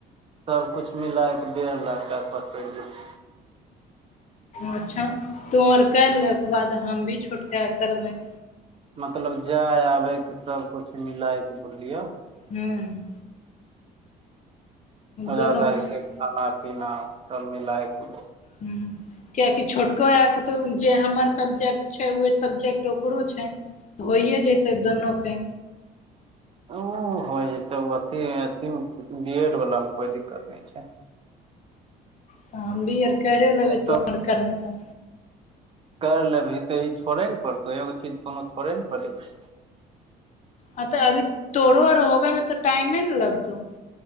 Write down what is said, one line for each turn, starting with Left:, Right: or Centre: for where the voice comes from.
Right: सबकिछु मिलाके डेढ़ लाख टक पकड़ि जेतै
Left: अच्छा तो आर करि ले ओकर बाद हम भी छोटका कऽ करबै
Right: मतलब जाय आबैके सबकछु मिलाय के बोललियौ
Left: हूँ दोनो
Right: रहके
Left: हूँ
Right: खाना पीना सब मिलएके
Left: हूँ किएकि छोटको आर के तऽ जे हमर सब्जेक्ट छै उहे सब्जेक्ट ओकरो छै होइए जेतै दुनूके
Right: ओ होइ जे तऽ अथि अथि मे बी एड वला मे कोइ दिक्कत नइ छै
Left: त हमभी आर करे लेबै तो
Right: तऽ
Left: अर करबी तऽ
Right: कर लेबही तऽ ई छोड़े न पड़तौ एगो चीज कोनो छोड़े न पड़ै छै
Left: हँ तऽ अभी तोड़ो आर होबे मे तऽ टाइमे नऽ लगतौ